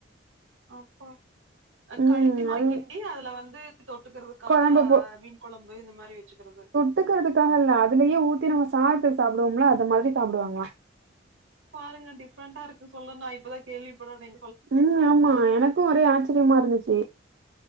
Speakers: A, on the right; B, on the right.
A: அப்ப
B: ம்
A: களி மாறி
B: அது
A: கிண்டி அதுல வந்து தொட்டுக்கிறதுக்காக
B: கொழம்ப போ
A: கொலம்பு இந்த மாரி வச்சுக்கிறது
B: தொட்டுகறத்துக்காக இல்ல அதுலேயே ஊத்தி நம்ம சாதத்துக்கு சாப்பிடுவோம்ல அத மாரி சாப்டுவாங்ளா
A: பாருங்க டிஃப்ரெண்டா இருக்கு சொல்லன்னா நா இப்பதா கேள்விபட்றனே
B: ம் ஆமா எனக்கு ஒரே ஆச்சரியமா இருந்துச்சி